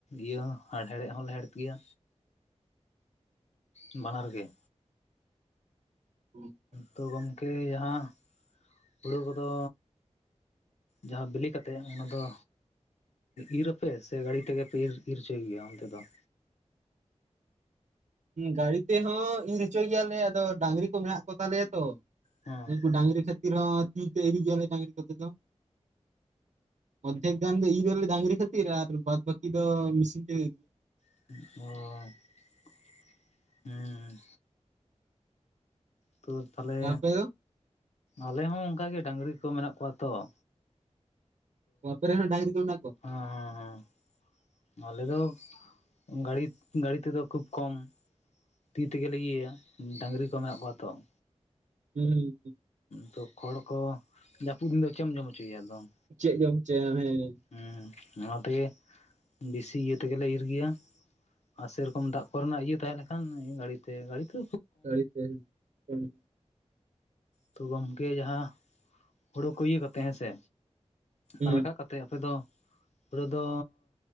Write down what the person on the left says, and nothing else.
ᱤᱭᱟᱹ ᱦᱮᱬᱦᱮᱫ ᱦᱚᱸ ᱞᱮᱮ ᱦᱮᱲᱦᱮᱫ ᱜᱮᱭᱟ᱾ ᱵᱟᱱᱟᱨ ᱜᱮ᱾
ᱛᱚ ᱜᱚᱝᱠᱮ ᱡᱟᱦᱟᱸ ᱦᱩᱲᱩ ᱠᱚᱫᱚᱼᱼ ᱡᱟᱦᱟᱸ ᱵᱤᱞᱤ ᱠᱟᱛᱮᱜ ᱚᱱᱟ ᱫᱚᱼᱼ ᱤᱨ ᱟᱯᱮ, ᱥᱮ ᱜᱟᱹᱲᱤ ᱛᱮᱜᱮ ᱯᱮ ᱤᱨ ᱤᱨ ᱦᱚᱪᱚᱭ ᱜᱮᱭᱟ ᱚᱱᱛᱮ ᱫᱚ?
ᱦᱮᱸ
ᱚᱻ ᱦᱩᱸ ᱛᱚ ᱛᱟᱦᱚᱞᱮ,
ᱟᱞᱮ ᱦᱚᱸ ᱚᱱᱠ ᱜᱮ ᱰᱟᱹᱟᱝᱨᱤ ᱠᱚ ᱢᱮᱱᱟᱜ ᱠᱚᱣᱟ ᱛᱚ ᱾
ᱦᱮᱸ ᱦᱮᱸ ᱦᱮᱸ ᱟᱞᱮ ᱫᱚ ᱜᱟᱹᱲᱤ ᱜᱟᱹᱲᱤ ᱛᱮᱫᱚ ᱠᱷᱩᱵ ᱠᱚᱢᱼᱼ ᱛᱤ ᱛᱮᱜᱮᱞᱮ ᱤᱭᱟᱹᱭᱟ ᱰᱟᱝᱨᱤ ᱠᱚ ᱢᱮᱱᱟᱜ ᱠᱚᱣᱟ ᱛᱚ ᱾
ᱛᱚ ᱠᱷᱚᱲ ᱠᱚ ᱡᱟᱹᱯᱩᱫ ᱫᱤᱱ ᱫᱚ ᱪᱮᱫ ᱮᱢ ᱡᱚᱢ ᱦᱚᱪᱚᱭᱮᱭᱟ ᱟᱫᱚ ᱾
ᱦᱮᱸ ᱚᱱᱟ ᱛᱮᱜᱮ ᱵᱤᱥᱤ ᱤᱭᱟᱹ ᱛᱮᱜᱮᱞᱮ ᱤᱨ ᱜᱮᱭᱟ᱾ ᱟᱨ ᱥᱮᱨᱚᱠᱚᱢ ᱫᱟᱜ ᱠᱚᱨᱮᱱᱟᱜ ᱤᱭᱟᱹ ᱛᱟᱦᱮᱸ ᱞᱮᱱᱠᱷᱟᱱ, ᱜᱟᱹᱲᱤᱛᱮ ᱜᱟᱹᱲᱤᱛᱮᱼᱼ
ᱛᱚ ᱜᱚᱢᱠᱮ ᱡᱟᱦᱟᱸ, ᱦᱩᱲᱩ ᱠᱚ ᱤᱭᱟᱹ ᱠᱟᱛᱮ ᱦᱮᱸ ᱥᱮᱼᱼ
ᱟᱨ ᱨᱟᱠᱟᱵ ᱠᱟᱛᱮᱫ ᱟᱯᱮ ᱫᱚ, ᱦᱩᱲᱩ ᱫᱚᱼᱼ